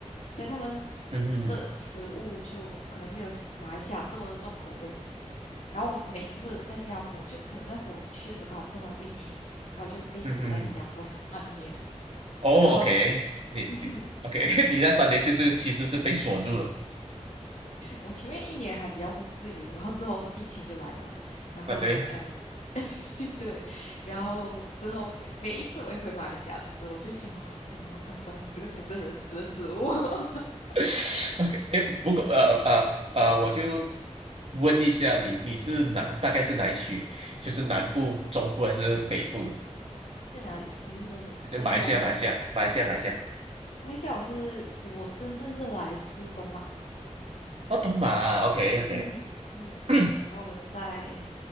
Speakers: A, on the left; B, on the right.
A: 所以他们
B: 嗯哼
A: 的食物就可能没有西马来西亚这么的重口味。然后我每次在新加坡，就可能那时候去的时候刚好碰到疫情，然后就被锁在新加坡三年，
B: 嗯哼，哦，OK，
A: <laughs> 然后
B: 你你
A: <laughs>
B: OK，<laughs> 你那三年就是其实就被锁住了
A: 我前面一年还比较自由，然后之后疫情就来了嘛，然后嗯，
B: 啊，对
A: <laughs> 对，然后之后每一次我也回马来西亚吃，我就觉得哇天哪，好感动啊，这个才是人吃的食物。<laughs>
B: <laughs>，OK，哎，不过呃呃呃，我就问一下你你是哪大概是哪一区？
A: 嗯，
B: 就是南部、中部还是北部？
A: 在哪里？你是说什么？
B: 就马来西亚马来西亚马来西亚马来西亚
A: 在新加坡吗？马来西亚我是我真正是来自东马的，
B: 哦，东马，OK OK，
A: 嗯嗯，
B: <clears throat>
A: 然后我在